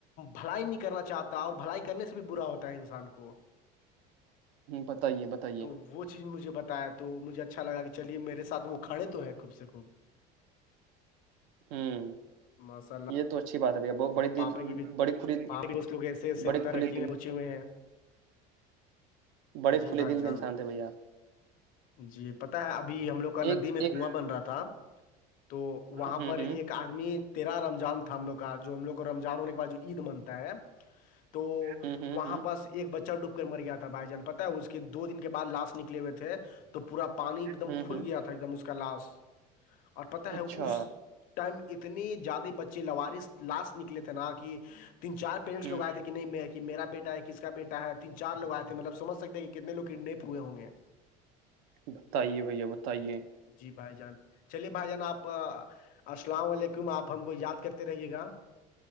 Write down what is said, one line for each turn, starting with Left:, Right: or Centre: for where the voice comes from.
Left: بھائی نہیں کرنا چاہتا اور بھائی کر بھی برا ہوتا ہے انسان کو
Right: بتائیے بتائیے
Left: تو وہ چیز مجھے بتایا تھا تو مجھے اچھا لگا کہ چلیے میرے سھ وہ کھڑے تو ہیں خوب سے خوب
Right: ہوں
Left: ماشاء اللہ
Right: یہ تو اچھی بات ہے بھیا بڑی
Left: پاپا
Right: دل
Left: کی بھی
Right: بڑی کھلی
Left: پاپا کے دوست لوگ ایسے ایسے
Right: بڑی
Left: ترقی
Right: کھلی
Left: میں
Right: دل
Left: پہنچے ہوئے ہیں
Right: بڑے
Left: جی
Right: کھلے
Left: بھائی
Right: دل
Left: جان
Right: کے انسان تھے بھ آ
Left: جی پتا ہے ابھی ہم لوگ کا ندی
Right: ایک
Left: میں
Right: ایک
Left: کنواں بن رہا تھا تو وہاں
Right: ہوں
Left: پر
Right: ہوں
Left: ایک آدمی تیرا رمضان تھا ہم لوگ کا جو ہم لگ کو رمضان ہونے کے بعد جو عید منتا ہے تو
Right: ہوں ہوں
Left: وہاں
Right: ہوں
Left: پس ایک بچہ ڈب مر گیا تھا بھائی جان پتا ہے اس کے دو دن کے بد لاسٹ نکے ہوئے تھے تو پورا پ پانی ایک دم
Right: ہوں
Left: پل
Right: ہوں
Left: گیا تھا ایک دم اس کا لاش اور پتا ہے
Right: اچھا
Left: اس ٹائم اتنے زیادہ بچے لوارث لاسٹ نکلے تھے نا کہ تین چار پیرنٹس
Right: ہوں
Left: لوگ آئے تھے کہ نہیں میرا بیٹا ہے کس کا بیٹا ہے تین چار لوگ آئے تھے مطلب سمجھ سکتے ہیں کہ کتنے لوگ کررنے ہوئے ہوں گے
Right: بتائیے بھیا بتائیے
Left: جی بھائی جان چلیے بھائی جان آپ السلام علیکم آپ ہم کو یاد کرتے رہیے گا